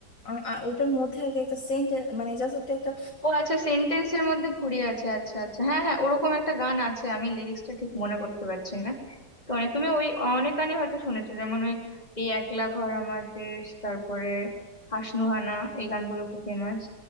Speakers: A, on the left (about 45°); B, on the left (about 20°).
A: আ- আ- ওইটার মধ্যে আর কি একটা সেন্ট মানে জাস্ট একটা
B: ও আচ্ছা সেন্টেন্সের মধ্যে ঘুরিয়ে আছে আচ্ছা আচ্ছা হ্যাঁ হ্যাঁ ওরকম একটা গান আছে আমি লিরিক্সটা ঠিক মনে করতে পারছি না তো অনেক তুমি ওই অনেক গানই হয়তো শুনেছো যেমন ওই এই একলা ঘর আমার দেশ তারপরে হাসনুহানা এই গানগুলো খুব ফেমাস